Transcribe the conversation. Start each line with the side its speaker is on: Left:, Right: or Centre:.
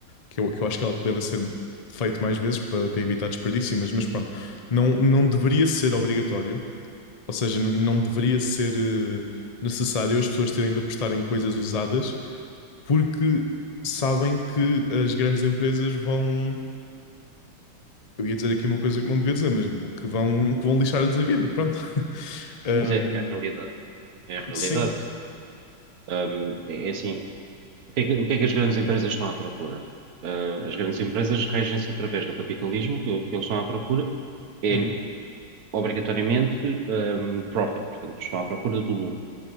Left: que eu, que eu acho que é algo que deve ser feito mais vezes para, para evitar desperdício, mas, mas pronto, não, não deveria ser obrigatório, ou seja, n- não deveria ser eh, necessário as pessoas terem de apostar em coisas usadas porque sabem que as grandes empresas vão. Eu ia dizer aqui uma coisa que não devia dizer, mas o que vão, que vão lixar-lhes a vida, pronto. <laughs> Um,
Right: Sim, mas é, é a realidade. É a realidade.
Left: sim.
Right: Hum, é, é assim, o que é que, o que é que as grandes empresas estão à procura? Ah, as grandes empresas regem-se através do capitalismo, e o que eles estão à procura é,
Left: Uhum.
Right: obrigatoriamente, hum, profit, portanto, estão à procura do lucro.